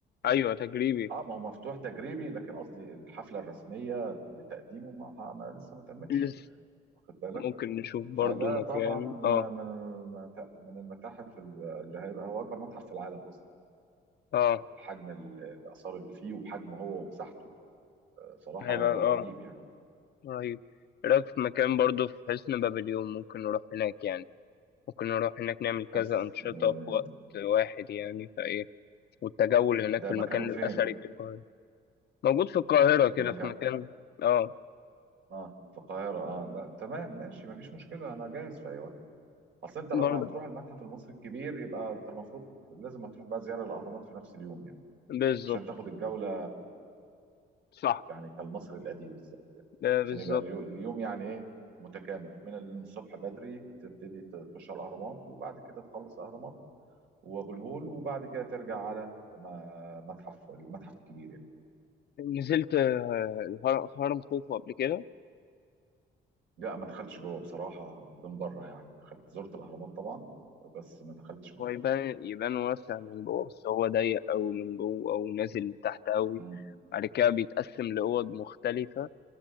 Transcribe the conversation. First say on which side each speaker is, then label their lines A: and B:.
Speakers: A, on the left; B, on the right.
A: ايوه تجريبي
B: اه ما هو مفتوح تجريبي لكن قصدي الحفله الرسميه لتقديمه ما ما- لسه ما تمتش
A: لسه
B: واخد بالك
A: ممكن نشوف برضو
B: فده
A: مكان
B: طبعا
A: اه
B: من المت- من المتاحف ال- اللي هيبقى هو اكبر متحف في العالم اصلا
A: اه
B: بالحجم ال- الاثار اللي فيه وبحجم هو ومساحته آه، صراحه
A: هيبقى اه
B: رهيب يعني
A: رهيب إيه رايك في مكان برضو في حسن بابليون ممكن نروح هناك يعني ممكن نروح هناك نعمل
B: حس
A: كذا أنشطة
B: آه،
A: في وقت واحد يعني فايه والتجول هناك
B: ده
A: في
B: مكانه
A: المكان الأثري
B: فين
A: في القاهرة موجود في القاهرة
B: ده
A: كده
B: مكانه
A: في مكان اه
B: اه في القاهرة اه لا تمام ماشي مفيش مشكلة أنا جاهز في أي وقت أصل أنت لو
A: برضو
B: هتروح المتحف المصري الكبير يبقى أنت المفروض لازم هتروح بقى زيارة الأهرامات في نفس اليوم يعني
A: بالظبط
B: عشان تاخد الجولة
A: صح
B: يعني كالمصري القديم بالظبط يعني
A: آه،
B: عشان
A: بالظبط
B: يبقى اليو- اليوم يعني إيه متكامل من الصبح بدري تبتدي تخش على الأهرامات وبعد كده تخلص الأهرامات وأبو الهول وبعد كده ترجع على ما- متحف المتحف الكبير يعني
A: نزلت آه، الهر- هرم خوفو قبل كده
B: لا ما دخلتش جوه بصراحة من بره يعني دخلت زرت الأهرامات طبعا بس ما دخلتش جوه
A: هو يبان يبان واسع من جوه بس هو ضيق أوي من جوه أو نازل لتحت أوي
B: مم.
A: بعد كده بيتقسم لأوض مختلفة